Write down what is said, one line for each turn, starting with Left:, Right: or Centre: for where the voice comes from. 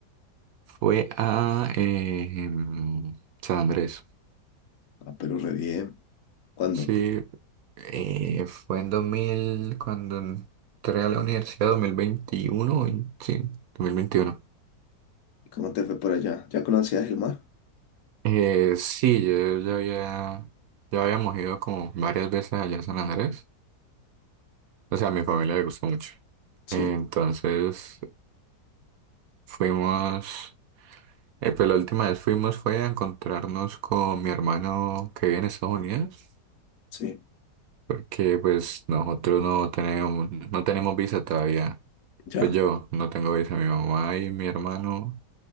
Right: fue a eh, em, San Andrés.
Left: Ah, pero re bien. ¿Cuándo?
Right: Sí, eh, fue en 2000 cuando entré a la universidad, 2021, vein- sí, 2021.
Left: cómo te fue por allá? ¿Ya conocías el mar?
Right: Eh, sí, yo ya había, ya habíamos ido como varias veces allá a San Andrés. O sea, a mi familia le gustó mucho.
Left: Sí,
Right: Entonces fuimos, eh, pues la última vez fuimos fue a encontrarnos con mi hermano que vive en Estados Unidos,
Left: sí,
Right: porque pues nosotros no tenemos, no tenemos visa todavía.
Left: ya.
Right: Pues yo no tengo visa, mi mamá y mi hermano